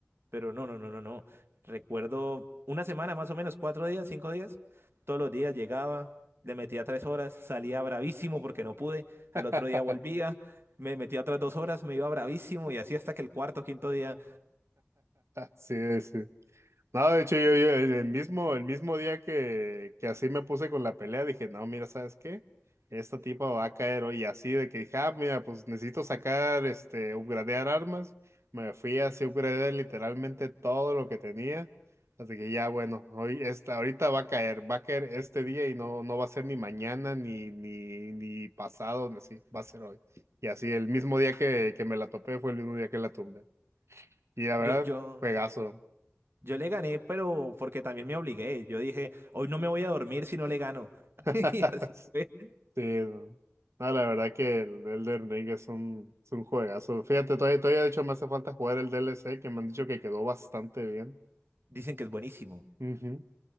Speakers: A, on the right; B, on the right.
A: Pero no, no, no, no, no. Recuerdo una semana más o menos, cuatro días, cinco días. Todos los días llegaba, le metía tres horas, salía bravísimo porque no pude. Al
B: <laughs>
A: otro día volvía, me metía otras dos horas, me iba bravísimo y así hasta que el cuarto, quinto día.
B: Sí, sí. No, de hecho, yo, yo el mismo, el mismo día que, que así me puse con la pelea, dije, no, mira, ¿sabes qué? Esta tipa va a caer hoy. Y así de que dije, ah, mira, pues necesito sacar, este, upgradear armas. Me fui así a upgradear literalmente todo lo que tenía. Así que ya, bueno, hoy esta, ahorita va a caer, va a caer este día y no, no va a ser ni mañana, ni, ni, ni pasado, ni así, va a ser hoy. Y así el mismo día que, que me la topé fue el mismo día que la tumbé. Y la verdad,
A: Yo, yo,
B: juegazo.
A: yo le gané, pero porque también me obligué. Yo dije, hoy no me voy a dormir si no le gano. <laughs>
B: <laughs>
A: Y así fue.
B: Sí, no. No, la verdad que el Elden Ring es un, es un juegazo. Fíjate, todavía, todavía de hecho me hace falta jugar el DLC que me han dicho que quedó bastante bien.
A: Dicen que es buenísimo.
B: Ujú.